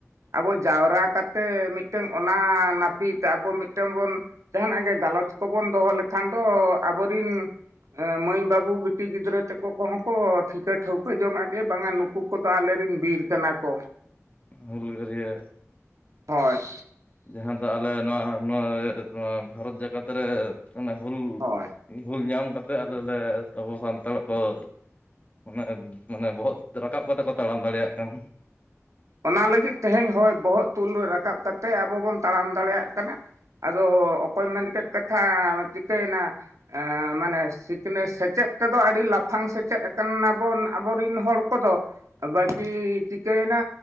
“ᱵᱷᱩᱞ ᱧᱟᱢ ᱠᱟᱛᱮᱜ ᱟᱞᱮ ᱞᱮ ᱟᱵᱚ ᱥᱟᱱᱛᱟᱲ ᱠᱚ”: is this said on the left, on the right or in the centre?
Left